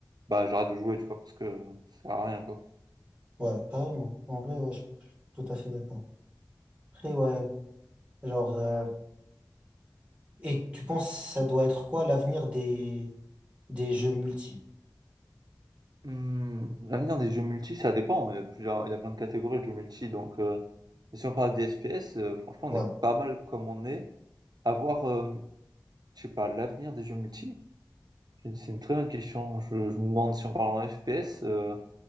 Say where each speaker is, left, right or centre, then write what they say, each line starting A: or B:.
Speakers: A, on the right; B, on the right.
A: bah, j'arrête de jouer, tu vois? Parce que ça sert à rien, quoi.
B: ouais, carrément. En vrai, ouais, je, je suis tout à fait d'accord. Après, ouais, genre, euh, et tu penses ça doit être quoi l'avenir des des jeux multi?
A: Mmh, l'avenir des jeux multi, ça dépend. Il y a plusieurs, il y a plein de catégories de jeux multi. Donc, euh, si on parle des FPS, euh, franchement,
B: Ouais,
A: on est pas mal comme on est. À voir, euh, je sais pas, l'avenir des jeux multi, c'est c'est une très bonne question. Je, je me demande si on parle en FPS, euh,